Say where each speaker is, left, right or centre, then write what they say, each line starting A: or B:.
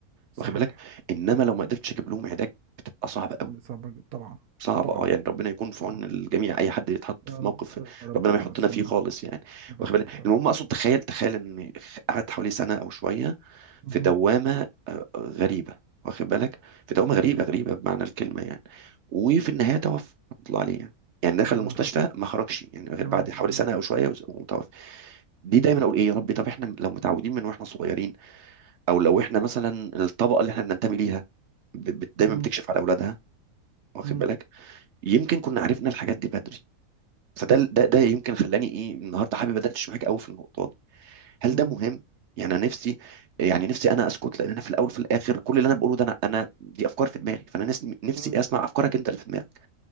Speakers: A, on the right (about 80°); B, on the right (about 55°).
A: صحيح
B: واخد بالك انما لو ما قدرتش اجيب لهم علاج بتبقى صعبة قوي
A: صعبة جدا. طبعا
B: صعبة
A: طبعا
B: اه يعني ربنا يكون في
A: طبعا
B: عون الجميع اي حد يتحط
A: يا
B: في
A: رب
B: موقف
A: يا رب
B: ربنا
A: آه،
B: ما يحطنا
A: استنى
B: فيه خالص يعني
A: يا رب
B: واخد بالك المهم اقصد تخيل تخيل ان قعدت حوالي سنة او شوية
A: مهم.
B: في دوامة آه، غريبة واخد بالك في دوامة
A: مم.
B: غريبة غريبة بمعنى الكلمة يعني وفي النهاية توفى رحمة الله عليه يعني يعني دخل
A: الله
B: المستشفى
A: يرحمه
B: ما خرجش يعني غير
A: كمان
B: بعد حوالي
A: مم.
B: سنة أو شوية وز- ومتوفى دي
A: مم.
B: دايما اقول ايه يا ربي طب احنا لو متعودين من واحنا صغيرين او لو احنا مثلا الطبقه اللي احنا بننتمي ليها ب- ب- دايما
A: مم.
B: بتكشف على اولادها واخد
A: مم.
B: بالك يمكن كنا عرفنا الحاجات دي بدري فده ده ده يمكن خلاني ايه النهارده حابب ادردش معاك قوي في النقطه هل
A: مم.
B: ده مهم يعني انا نفسي يعني نفسي انا اسكت لان انا في الاول وفي الاخر كل اللي انا بقوله ده انا انا دي افكار في دماغي فانا نس- نفسي
A: مم.
B: اسمع افكارك انت اللي في دماغك